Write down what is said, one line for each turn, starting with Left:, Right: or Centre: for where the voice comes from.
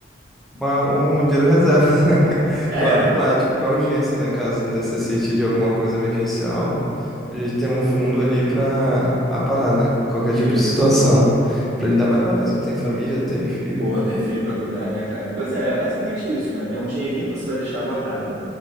Centre: Uma- um dinheiro reserva. <laughs>
Right: É,
Centre: Claro, para tipo, para urgência, né? Caso necessite de alguma coisa emergencial, a gente tem um fundo ali para aparar, né? Qualquer
Right: isso.
Centre: tipo de situação. Pra ainda mais para nós que tem família, tem filho.
Right: Pô, tem filho pra cuidar, né, cara? Pois é, é basicamente isso, né? É um dinheirinho que você vai deixar guardado,